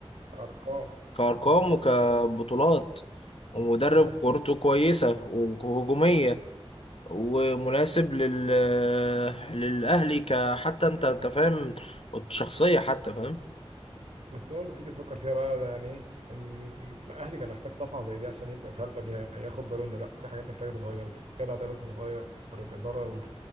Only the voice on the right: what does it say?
أرقام
وبطولات
اه
بس برضه تيجي تفكر فيها بقى يعني إيه ال- الأهلي كان محتاج صفعة زي دي عشان يبدأ فعلا ي- ياخد باله إن لا في حاجات محتاجة تتغير الجدع ده لازم يتغير الإدارة ال-